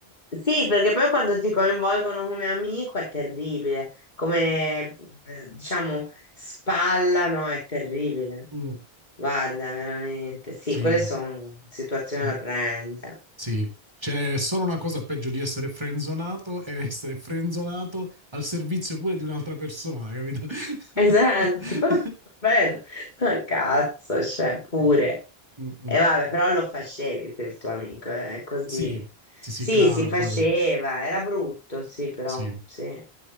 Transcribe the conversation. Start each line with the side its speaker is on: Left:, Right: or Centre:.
Left: Sì, perché poi quando ti coinvolgono come amico è terribile, come eh, diciamo spallano è terribile.
Right: Mm,
Left: Guarda, veramente. Sì,
Right: sì.
Left: quelle sono situazioni
Right: Mm.
Left: orrende.
Right: Sì, c'è solo una cosa peggio di essere frenzonato è essere frenzonato al servizio pure di un'altra persona, capito? <laughs>
Left: Esatto, <laughs> bello, ma cazzo, cioè pure.
Right: Sì. Mm,
Left: E
Right: mm.
Left: vabbè, però lo facevi per il tuo amico, eh, così.
Right: Sì, sì, sì,
Left: Sì,
Right: claro,
Left: si faceva,
Right: poi
Left: era brutto, sì, però,
Right: sì.
Left: sì.